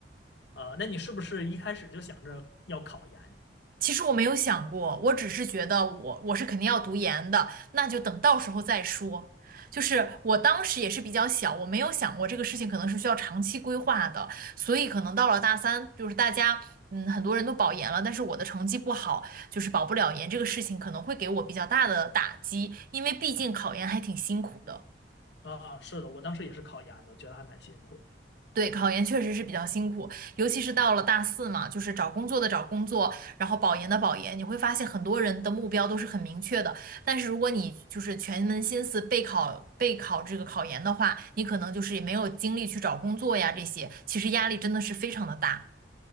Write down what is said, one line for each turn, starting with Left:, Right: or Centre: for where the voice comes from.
Left: 啊，那你是不是一开始就想着要考研？
Right: 其实我没有想过，我只是觉得我我是肯定要读研的，那就等到时候再说。就是我当时也是比较小，我没有想过这个事情可能是需要长期规划的，所以可能到了大三，就是大家嗯很多人都保研了，但是我的成绩不好，就是保不了研这个事情可能会给我比较大的打击，因为毕竟考研还挺辛苦的。
Left: 啊，是的，我当时也是考研的，觉得还蛮辛苦的。
Right: 对，考研确实是比较辛苦，尤其是到了大四嘛，就是找工作的找工作，然后保研的保研，你会发现很多人的目标都是很明确的，但是如果你就是全门心思备考备考这个考研的话，你可能就是也没有精力去找工作呀，这些其实压力真的是非常的大。